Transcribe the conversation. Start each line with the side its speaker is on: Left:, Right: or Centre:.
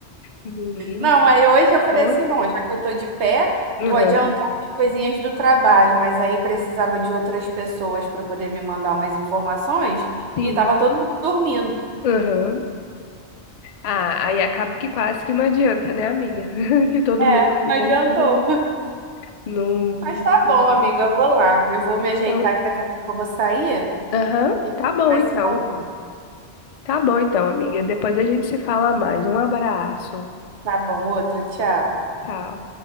Left: Menino,
Right: Não, aí hoje eu falei
Left: bom
Right: assim, bom, já que eu tô de pé, vou
Left: Aham,
Right: adiantar as coisinhas do trabalho, mas aí precisava de outras pessoas para poder me mandar umas informações
Left: sim.
Right: e tava todo mundo dormindo.
Left: Aham. Ah, aí acaba que quase que não adianta, né, amiga? <laughs> Que todo
Right: É,
Left: mundo
Right: não
Left: né,
Right: adiantou.
Left: assim, né?
Right: <laughs>
Left: Não,
Right: Mas
Left: não
Right: tá
Left: funciona.
Right: bom, amiga, eu vou lá. Eu vou me ajeitar
Left: Então,
Right: que daqui a pouco eu vou sair
Left: aham,
Right: e
Left: tá bom
Right: vai
Left: então.
Right: se falando.
Left: Tá bom então, amiga. Depois a gente se fala mais. Um abraço.
Right: Tá bom, outro, tchau.
Left: Tchau.